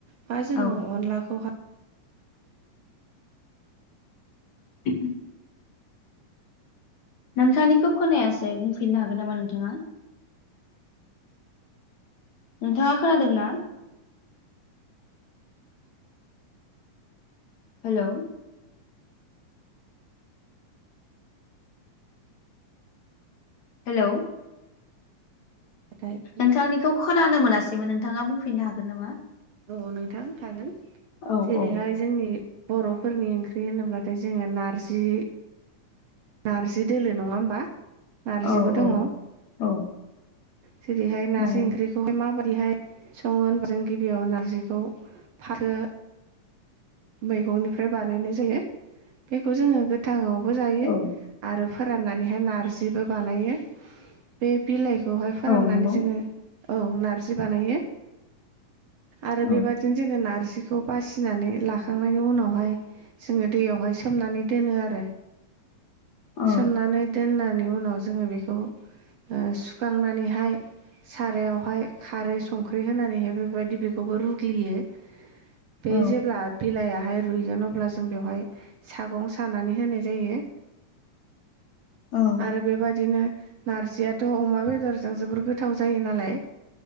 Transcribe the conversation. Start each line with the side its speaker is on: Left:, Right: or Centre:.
Right: बा जोङो
Left: औ
Right: अनलाखौहा
Left: <inaudible> नोंथांनिखौ खोनायासै बुंफिननो हागोन नामा नोंथाङा नोंथाङा खोनादों ना? हेलौ हेलौ
Right: <unintelligible>
Left: नोंथांनिखौ खोनानो मोनासैमोन नोंथाङा बुंफिननो हागोन नामा
Right: औ नोंथां हागोन
Left: औ
Right: जेरैहाय
Left: औ
Right: जोंनि बर'फोरनि ओंख्रि होनोब्लाथाय जोङो नारजि नार्जि दोलो नङा होमबा? नारजिबो
Left: औ औ
Right: दङ।
Left: औ
Right: जेरैहाय नारजि
Left: नंगौ
Right: ओंख्रि बेखौहाय माबादिहाय सङो होनबा जों गिबियाव नारजिखौ फाथो मैगंनिफ्राय बानायनाय जायो। बेखौ जोङो गोथाङावबो जायो।
Left: औ
Right: आरो फोराननानैहाय नारजिबो बानायो। बे बिलाइखौहाय फोराननानै
Left: औ नंगौ
Right: जोङो औ नारजि बानायो। आरो
Left: औ
Right: बेबादिनो जोङो नारजिखौ बासिनानै ला लाखांनायनि उनावहाय जोङो दैयावहाय सोमनानै दोनो। आरो
Left: औ
Right: सोमनानै दोननानि उनाव जोङो बेखौ ओ सुखांनानैहाय सारायावहाय खारै संख्रि होनानैहाय बेबायदि बेखौबो रुग्लियो। बे
Left: औ
Right: जेब्ला बिलायाहाय रुयगोन अब्ला जों बेवहाय सागं सानानै होनाय जायो।
Left: औ
Right: आरो बेबादिनो नार्जियाथ' अमा बेदरजों जोबोर गोथाव जायो नालाय।